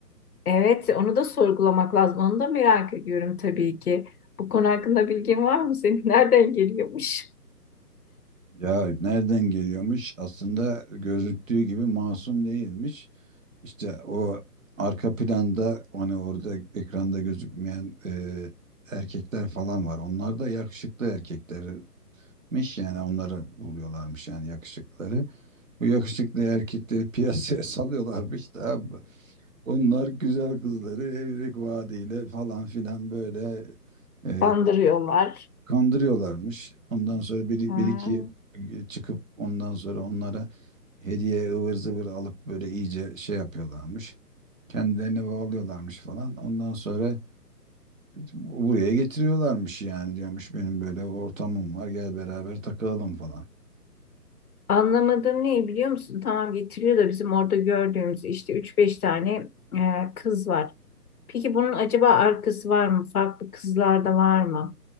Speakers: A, on the left; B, on the right.
A: evet onu da sorgulamak lazım. Onu da merak ediyorum tabii ki. Bu konu hakkında bilgin var mı senin? <laughs> Nereden geliyormuş?
B: Ya nereden geliyormuş? Aslında gözüktüğü gibi masum değilmiş. İşte o arka planda hani orada ekranda gözükmeyen e, erkekler falan var. Onlar da yakışıklı erkeklermiş yani onları buluyorlarmış yani yakışıkları. Bu yakışıklı erkekleri piyasaya <laughs> salıyorlarmış da abi. Onlar güzel kızları evlilik vaadiyle falan filan böyle e,
A: Kandırıyorlar.
B: kandırıyorlarmış. Ondan sonra bir,
A: Ha.
B: bir iki çıkıp ondan sonra onlara hediye ıvır zıvır alıp böyle iyice şey yapıyorlarmış. Kendilerine bağlıyorlarmış falan. Ondan sonra buraya getiriyorlarmış yani diyormuş benim böyle ortamım var gel beraber takılalım falan.
A: Anlamadığım ne biliyor musun? Tamam getiriyor da bizim orada gördüğümüz işte üç beş tane e, kız var. Peki bunun acaba arkası var mı? Farklı kızlar da var mı?